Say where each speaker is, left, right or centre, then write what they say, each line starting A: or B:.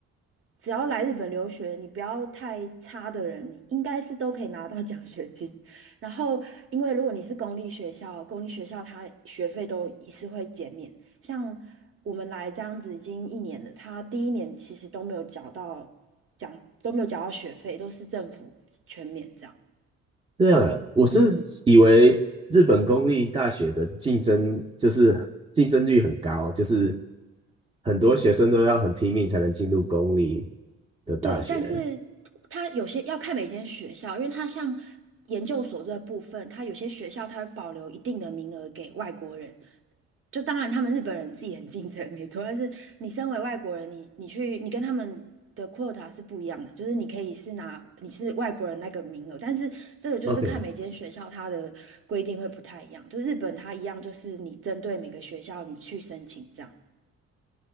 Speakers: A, on the right; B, on the right.
A: 只要来日本留学，你不要太差的人，你应该是都可以拿到奖学金。然后，因为如果你是公立学校，公立学校它学费都也是会减免。像我们来这样子已经一年了，他第一年其实都没有缴到奖，都没有缴到学费，都是政府全免这样。
B: 这样啊，我是以为日本公立大学的竞争就是竞争率很高，
A: 嗯。
B: 就是很多学生都要很拼命才能进入公立的大学。
A: 对，但是它有些要看每间学校，因为它像研究所这部分，它有些学校它会保留一定的名额给外国人。就当然他们日本人自己很竞争，没错，但是你身为外国人，你你去你跟他们的 quota 是不一样的，就是你可以是拿你是外国人那个名额，但是这个就是看每间学校它的规定会不太一样。
B: OK，
A: 就日本它一样，就是你针对每个学校你去申请这样。